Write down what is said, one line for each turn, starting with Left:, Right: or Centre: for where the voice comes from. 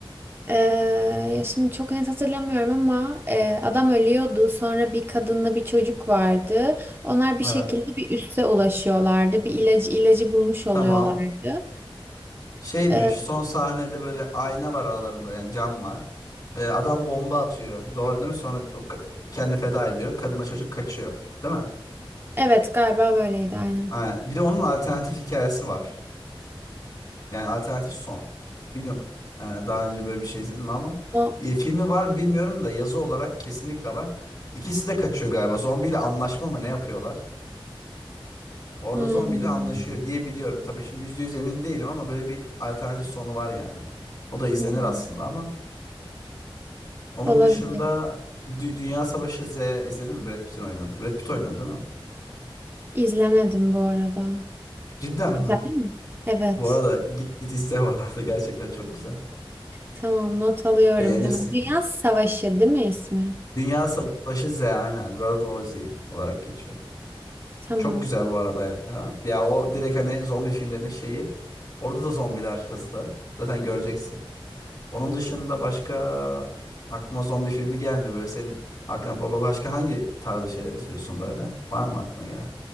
Right: Ee, şimdi çok net hatırlamıyorum ama e, adam ölüyordu. Sonra bir kadınla bir çocuk vardı. Onlar bir
Left: Evet.
Right: şekilde bir üste ulaşıyorlardı. Bir ilacı ilacı bulmuş oluyorlardı.
Left: Tamam. Şeymiş
Right: Ee,
Left: son sahnede böyle ayna var aralarında yani cam var. Ee, adam bomba atıyor. Doğru değil mi? Sonra o ka- kendini feda ediyor. Kadınla çocuk kaçıyor. Değil mi?
Right: evet galiba böyleydi aynen.
Left: Ha, bir de onun alternatif hikayesi var. Yani alternatif son. Bilmiyorum e, daha önce böyle bir şey izledim ama
Right: O
Left: e, filmi var mı bilmiyorum da yazı olarak kesinlikle var. İkisi de kaçıyor galiba. Zombiyle anlaşma mı ne yapıyorlar? Orada
Right: hmm.
Left: zombiyle anlaşıyor diye biliyorum. Tabii şimdi %100 emin değilim ama böyle bir alternatif sonu var yani. O da izlenir
Right: Hmm.
Left: aslında ama Onun
Right: Olabilir.
Left: dışında Dü- Dünya Savaşı Z izledin mi? Brad Pitt'in oynadı. Brad Pitt oynadı değil mi?
Right: İzlemedim bu arada.
Left: Cidden
Right: Güzel
Left: mi?
Right: mi? Evet.
Left: Bu arada git git izle bu arada. <laughs> Gerçekten çok güzel.
Right: Tamam not alıyorum
Left: Beğenirsin.
Right: hemen. Dünya
Left: yani.
Right: Savaşı değil mi ismi?
Left: Dünya Savaşı Z aynen. World War Z olarak geçiyor.
Right: Tamam.
Left: Çok güzel bu arada ya. Ya o direkt hani zombi filmlerinin şeyi. Orada da zombiler hızlı. Zaten göreceksin. Onun dışında başka aklıma zombi filmi gelmiyor böyle. Senin aklına baba başka hangi tarzda şeyler izliyorsun böyle? Var mı aklına gelen?